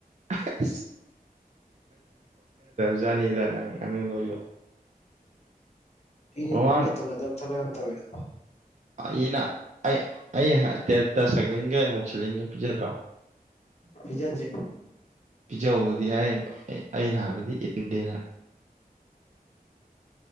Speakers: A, on the right (about 50°); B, on the left (about 45°).
A: ꯑꯁ ꯖꯥꯗꯅꯤꯗ ꯅꯪ ꯉꯥꯅꯨ ꯂꯣꯏꯕ
B: ꯃꯤꯅ
A: ꯃꯃꯥꯡ
B: ꯃꯤꯅ ꯇꯧꯅꯗꯕ ꯊꯕꯛ ꯌꯥꯝ ꯇꯧꯏꯔꯣ
A: ꯑꯩꯅ ꯑꯩ ꯑꯩ ꯇꯦꯠꯇ ꯁꯥꯏꯀ꯭ꯂꯤꯡꯒ ꯏꯃꯨꯁꯤꯂꯤꯟꯒ ꯄꯤꯖꯗ꯭ꯔꯣ
B: ꯄꯤꯖꯗꯦ
A: ꯄꯤꯖꯧꯗꯤ ꯍꯥꯏ ꯑꯩꯅ ꯍꯥꯏꯕꯗꯤ ꯏꯟꯗꯦ ꯅ